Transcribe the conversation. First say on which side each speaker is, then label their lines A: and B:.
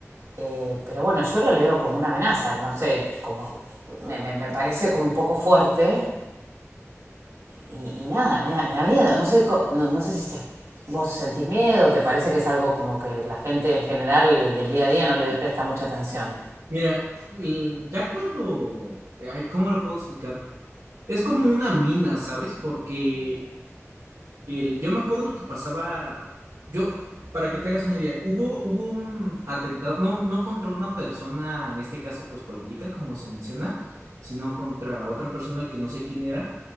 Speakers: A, on the right; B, on the right.
A: Eh, pero bueno, yo lo leo como una amenaza, no sé, como me, me- me parece como un poco fuerte y, y nada, me da, me da miedo. No sé, no, no sé si vos sentís miedo, te parece que es algo como que la gente en general del día a día no le presta mucha atención.
B: Mira, el- ya cuando, ay, ¿cómo lo puedo explicar? Es como una mina, ¿sabes? Porque el, yo me acuerdo que pasaba, yo, para que te hagas una idea, hubo, hubo un atentado, no, no contra una persona, en este caso, pues política, como se menciona, sino contra otra persona que no sé quién era,